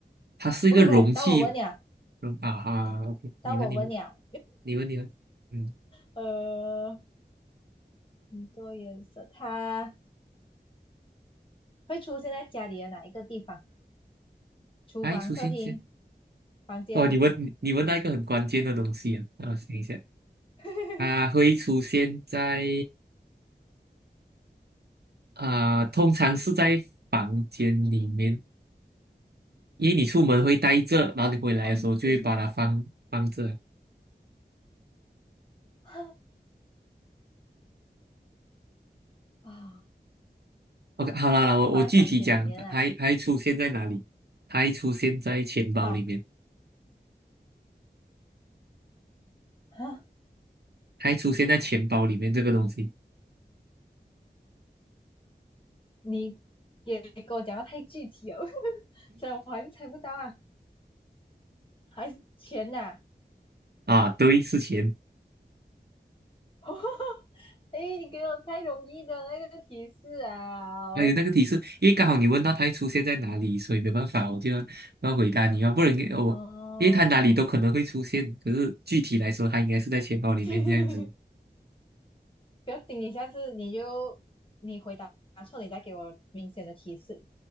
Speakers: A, on the right; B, on the left.
A: 它是一个容器
B: 不可以不可以。当我问鸟，
A: 容啊哈，OK，
B: 当我问鸟，
A: 你问你问，你问你问，嗯，
B: 呃，很多颜色，它会出现在家里的哪一个地方？厨房、
A: 它会出现在
B: 客厅、房间，
A: 哦，你问你你问到一个很关键的东西啊，让我想一下，
B: <laughs>
A: 它会出现在啊、通常是在房间里面，因为你出门会带着，然后你回来的时候就会把它放放着，
B: 房间 <laughs> 啊
A: OK，好啦啦，
B: <gasps>，
A: 我我具体讲，
B: 放在房间里面啊。
A: 它还还出现在哪里？它还出现在钱包里面，
B: 好，<laughs> 哈，
A: 它还出现在钱包里面这个东西
B: 你也给我讲的太具体了。所以我还是猜不到啊，还是钱呐、啊
A: 啊，对，是钱。
B: <laughs> 哎，你给我太容易的那个提示啊！
A: 还有那个提示，因为刚好你问到它还出现在哪里，所以没办法，我就要要回答你要不然给我，
B: <laughs> 哦，
A: 因为它哪里都可能会出现，可是具体来说，它应该是在钱包里面这样子
B: <laughs> 不要紧，你下次你就你回答错，你再给我明显的提示。